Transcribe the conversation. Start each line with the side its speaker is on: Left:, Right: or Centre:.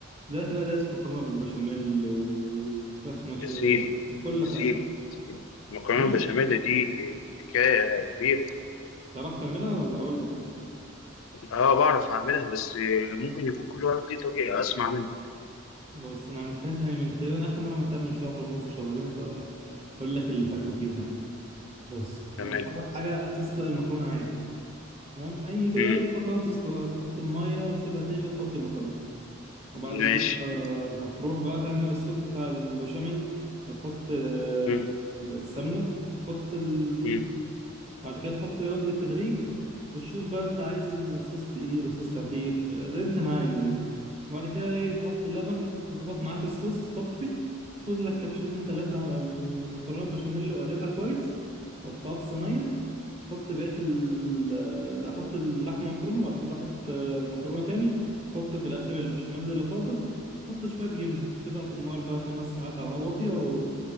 Right: دلوقتي بقى دايس في مكرونة بالبشاميل وفراخ مشوية
Left: يا سيدي
Right: وكل
Left: يا سيدي
Right: حاجة
Left: يا سيدي. المكرونه
Right: أمم،
Left: البشاميل دي حكايه كبيره
Right: تعرف تعملها ولا أقول لك؟
Left: اه بعرف اعملها بس ممكن يكون كل واحد ليه طريقه اسمع منك
Right: بص أنا عملتهاش يعني من تقريبا آخر مرة عملتها من شهر ونص شهرين فهقول لك اللي فاكره فيها يعني بص
Left: تمام
Right: أنت أول حاجة هتسلق المكرونة عادي تمام أي زي
Left: امم
Right: أي مكرونة تسلقها تحط المية تسيبها تغلي تحط المكرونة وبعد
Left: ماشي
Right: كده آه، هتروح بقى تعمل الصوص بتاع البشاميل هتحط آه،
Left: امم
Right: آه، سمنة بتحط الدقيق
Left: امم
Right: وبعد كده تحط لبن بالتدريج وتشوف بقى انت عايز صوص تقيل صوص خفيف آه، زي انت ما عايز يعني وبعد كده ايه تحط اللبن ظبط معاك الصوص طفي خد لك كبشتين تلاتة على المكرونة البشاميل وقلبها كويس حطها في صينية حط بقية ال لا حط اللحمة مفرومة بعد كده حط آه، مكرونة تاني حط في الآخر البشاميل اللي فاضل حط شوية جبنة سيبها في النار بقى خمس ساعات على نار واطية و...